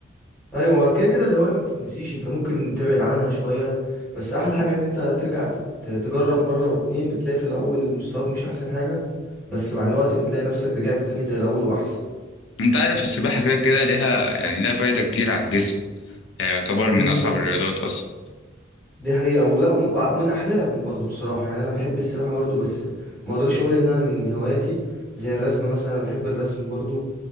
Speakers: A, in the centre; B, on the left.
A: ايوه كده كده الهواية ما بتتنسيش انت ممكن تبعد عنها شوية بس احلى حاجة ان انت ترجع تت- تجرب مرة واتنين بتلاقي في الاول مستواك مش احسن حاجة بس مع الوقت بتلاقي نفسك رجعت تاني زي الاول واحسن
B: انت عارف السباحة كده كده ليها يعني ليها فايدة كتير على الجسم يعني يعتبر من
A: إمم.
B: اصعب الرياضات اصلا
A: دي حقيقة ولا ومن أحلاهم برضو بصراحة يعني أنا بحب السباحة برضو بس ما أقدرش أقول إنها من هواياتي زي الرسم مثلا أنا بحب الرسم برضو